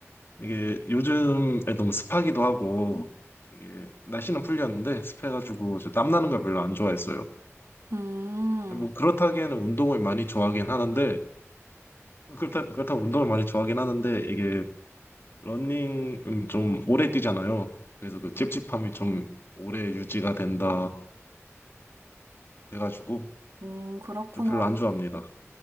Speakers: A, on the left (about 50°); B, on the right (about 70°).
A: 이게 요즘에 너무 습하기도 하고, 이게 날씨는 풀렸는데 습해가지고 저 땀나는 걸 별로 안 좋아했어요.
B: 음,
A: 뭐 그렇다기에는 운동을 많이 좋아하긴 하는데 그렇다 그렇다고 운동을 많이 좋아하긴 하는데 이게 러닝은 좀 오래 뛰잖아요. 그래서 그 찝찝함이 좀 오래 유지가 된다 돼가지고
B: 음, 그렇구나.
A: 좀 별로 안 좋아합니다.